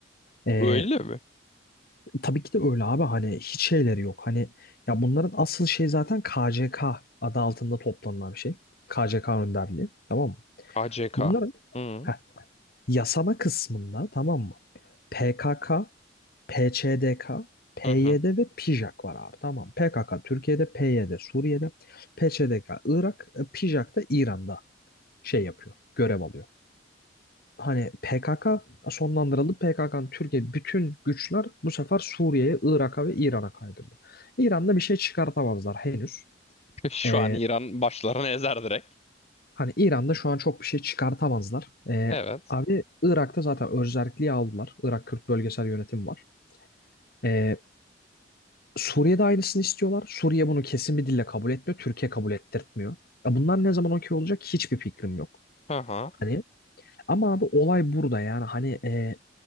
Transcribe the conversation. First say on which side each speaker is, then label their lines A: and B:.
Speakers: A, on the left; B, on the left.
A: Ee,
B: Öyle mi?
A: tabii ki de öyle abi. Hani hiç şeyleri yok. Hani ya bunların asıl şey zaten KCK adı altında toplanılan bir şey. KCK önderliği. Tamam mı?
B: KCK.
A: Bunların
B: Hı
A: heh, yasama kısmında tamam mı? PKK, PÇDK, PYD
B: hı. hı.
A: ve PJAK var abi tamam. PKK Türkiye'de, PYD Suriye'de, PÇDK Irak, e, PJAK da İran'da şey yapıyor, görev alıyor. Hani PKK sonlandırıldı. PKK'nın Türkiye bütün güçler bu sefer Suriye'ye, Irak'a ve İran'a kaydırdı. İran'da bir şey çıkartamazlar henüz.
B: <laughs> Şu
A: Ee,
B: an İran başlarını ezer direkt.
A: hani İran'da şu an çok bir şey çıkartamazlar. Ee,
B: Evet.
A: abi Irak'ta zaten özerkliği aldılar. Irak Kürt Bölgesel Yönetimi var. Ee, Suriye'de aynısını istiyorlar. Suriye bunu kesin bir dille kabul etmiyor. Türkiye kabul ettirtmiyor. Ya bunlar ne zaman okey olacak hiçbir fikrim yok.
B: Hı hı.
A: Hani ama abi olay burada yani hani e,